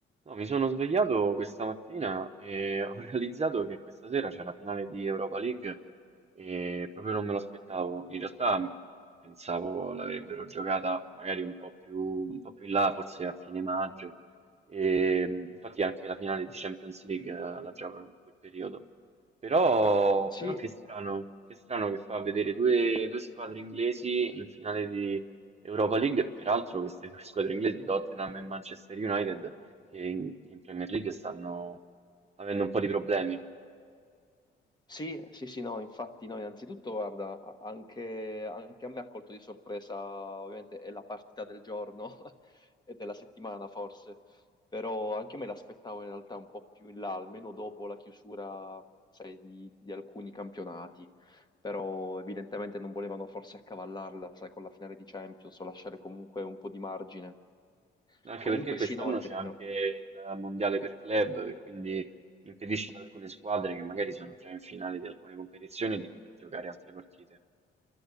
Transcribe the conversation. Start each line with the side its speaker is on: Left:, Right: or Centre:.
Right: No, mi sono svegliato questa mattina e <laughs> ho realizzato che questa sera c'è la finale di Europa League e proprio non me lo aspettavo. In realtà pensavo l'avrebbero giocata magari un po' più, un po' più in là, forse a fine maggio. E, mh, infatti anche la finale di Champions League eh, la giocano in quel periodo. Però,
Left: Sì,
Right: però che strano, che strano che fa vedere due, due squadre inglesi in finale di Europa League. Peraltro queste due squadre inglesi, Tottenham e Manchester United, che in, che in Premier League stanno avendo un po' di problemi,
Left: sì, sì, sì, no, infatti no, innanzitutto guarda, a- anche, anche a me ha colto di sorpresa, ovviamente è la partita del giorno <laughs> e della settimana forse, però anche me l'aspettavo in realtà un po' più in là, almeno dopo la chiusura, sai, di, di alcuni campionati, però evidentemente non volevano forse accavallarla, sai, con la finale di Champions o lasciare comunque un po' di margine.
Right: anche
Left: Comunque
Right: perché quest'anno
Left: sì, no, effettivamente.
Right: c'è anche il mondiale per club, che quindi impedisce ad alcune squadre che magari sono già in finale di alcune competizioni di poter giocare altre partite.